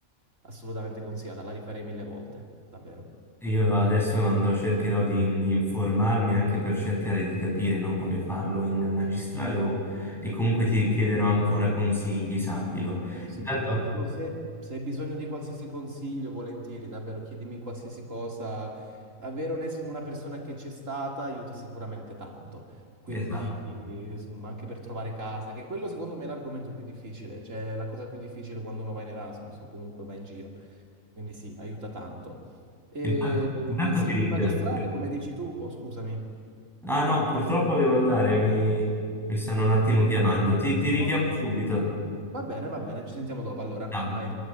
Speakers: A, on the right; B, in the centre.
A: assolutamente consigliata, la rifarei mille volte, davvero.
B: Io adesso andrò, cercherò di, di informarmi anche per cercare di capire, no, come farlo in magistrale o, e comunque ti richiederò ancora consigli, sappilo.
A: Sì, sì,
B: Intanto,
A: sì, davvero, se, se hai bisogno di qualsiasi consiglio, volentieri, davvero, chiedimi qualsiasi cosa. Avere un es- una persona che c'è stata aiuta sicuramente tanto. Quindi,
B: esatto.
A: eh, insomma, anche per trovare casa, che quello secondo me è l'argomento più difficile, cioè la cosa più difficile quando uno va in Erasmus o comunque va in giro. Quindi sì, aiuta tanto. E,
B: Intanto, intanto
A: sì,
B: ti ringrazio.
A: magistrale, come dici tu, oh, scusami.
B: Ah no, purtroppo devo andare, mi, mi stanno un attimo chiamando. Ti, ti richiamo
A: Oh,
B: subito.
A: va bene, va bene, ci sentiamo dopo allora,
B: Ciao.
A: dai.